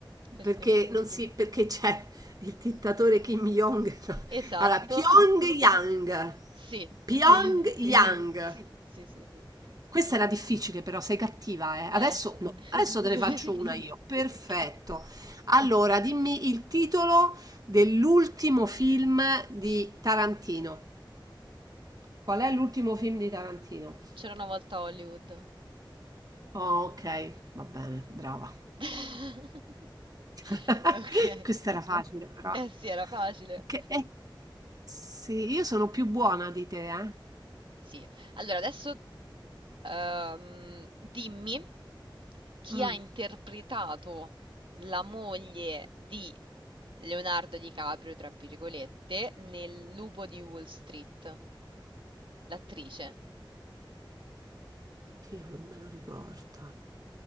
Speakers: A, on the right; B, on the right.
A: Perché?
B: Perché non si, perché c'è il dittatore Kim Jong. <laughs> no.
A: Esatto,
B: Allora, Pyongyang.
A: <laughs> sì,
B: Pyongyang.
A: sì, <laughs> sì, sì, sì, sì, sì.
B: Questa era difficile, però sei cattiva, eh.
A: Eh
B: Adesso
A: sì.
B: no,
A: <laughs>
B: adesso te ne faccio una io. Perfetto.
A: Ok,
B: Allora, dimmi il titolo dell'ultimo film di Tarantino. Qual è l'ultimo film di Tarantino?
A: c'era una volta a Hollywood.
B: Oh, okay, va bene, brava.
A: <laughs>
B: <laughs>
A: Ok.
B: Questa era facile però.
A: Eh sì, era facile.
B: Che eh, sì, io sono più buona di te, eh.
A: Sì. Allora, adesso ehm, dimmi chi
B: Mm.
A: ha interpretato la moglie di Leonardo DiCaprio, tra virgolette, nel Lupo di Wall Street, l'attrice,
B: Oddio, non me lo ricordo.